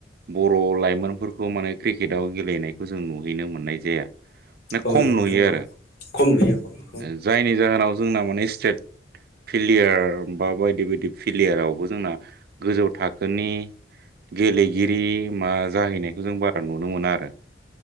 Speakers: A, on the right; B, on the left.
A: बर' लाइमोनफोरखौ माने क्रिकेटाव गेलेनायखौ जों नुहैनो मोननाय जाया। <unintelligible>
B: औ
A: खम
B: नंगौ
A: नुयो
B: नोंथां
A: आरो
B: ओं खम नुयो औ उम
A: जायनि जाहोनाव जोंना माने <unintelligible> फिलियार बा बायदि बायदि फिलियारावबो जोंना गोजौ थाखोनि गेलेगिरि मा जाहैनायखौ जों बारा नुनो मोना आरो।